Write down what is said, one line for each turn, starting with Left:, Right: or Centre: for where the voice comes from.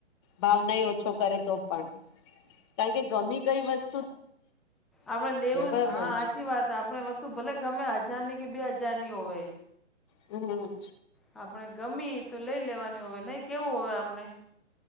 Left: ભાવ નહીં હોત ઓછો કરે તો પણ, કારણ કે ગમી ગઈ વસ્
Centre: આપણે લેવું
Left: બરોબર
Centre: હા
Left: ને
Centre: હાચી વાત હે આપણે વસ્તુ ભલે ગમે હજારની કે બે હજ જારની હોવે
Left: હમ
Centre: આપણે ગમી તો લઈ લેવાની હોય, નહીં કેવું હોય આપણે